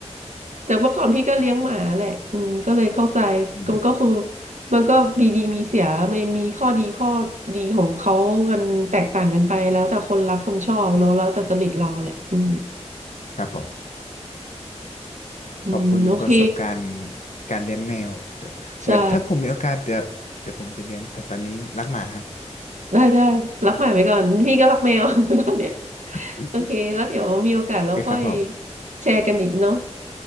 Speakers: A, on the right (about 85°); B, on the left (about 80°).
A: แต่เมื่อก่อนพี่ก็เลี้ยงหมาแหละอืมก็เลยเข้าใจ
B: อืม
A: มันก็คือมันก็มีดีมีเสียมันมีข้อดีข้อดีของเขากันแตกต่างกันไปแล้วแต่คนรักคนชอบเนาะแล้วแต่จริตเราแหละอืม
B: ครับผม
A: อืมโอเค
B: ขอบคุณประสบการณ์การเลี้ยงแมวเดี๋ยวเดี๋ยวถ้าผมมีโอกาสเดี๋ยวเดี๋ยวผมจะเลี้ยงแต่ตอนนี้รักหมาฮะ
A: ใช่ ได้ได้รักหมาไปก่อนพี่ก็รักแมว <laughs> ตอนเนี้ย
B: <laughs>
A: โอเคแล้วเดี๋ยวมีโอกาสเราค่อย
B: โอเคครับผม
A: แชร์กันอีกเนาะ